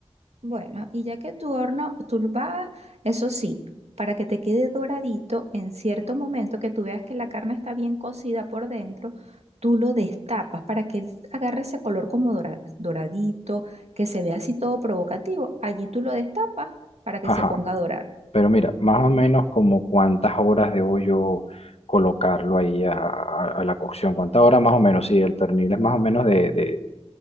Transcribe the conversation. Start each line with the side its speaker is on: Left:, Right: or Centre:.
Right: Bueno, y ya que tu horno, tú lo vas, eso sí, para que te quede doradito en cierto momento, que tú veas que la carne está bien cocida por dentro, tú lo destapas para que él agarre ese color como dora- doradito, que se vea así todo provocativo. Allí tú lo destapas para que
Left: Ajá.
Right: se ponga a dorar.
Left: Pero mira, más o menos como cuántas horas debo yo colocarlo ahí a, a- a la cocción, cuántas horas más o menos, si el pernil es más o menos de, de,